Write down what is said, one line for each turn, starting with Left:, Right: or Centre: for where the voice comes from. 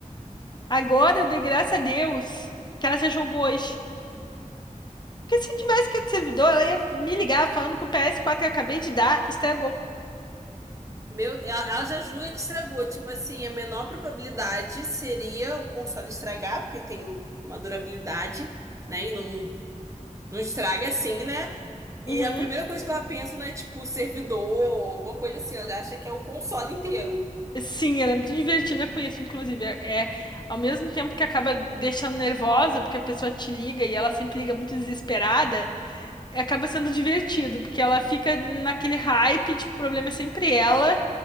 Left: Agora, de graça a Deus, que ela já jogou hoje. Porque se tivesse que ir do servidor, ela ia me ligar falando que o ps quatro que eu acabei de dar estragou.
Right: Meu, ela, ela já julga que estragou. Tipo assim, a menor probabilidade seria o console estragar, porque tem uma durabilidade, né? E não, não estraga assim, né?
Left: Uhum.
Right: E a primeira coisa que ela pensa não é, tipo, servidor ou alguma coisa assim. Ela já acha que é o console inteiro.
Left: Sim, ela é muito divertida com isso, inclusive. É, é ao mesmo tempo que acaba deixando nervosa, porque a pessoa te liga e ela sempre liga muito desesperada. acaba sendo divertido, porque ela fica naquele hype de que o problema é sempre ela.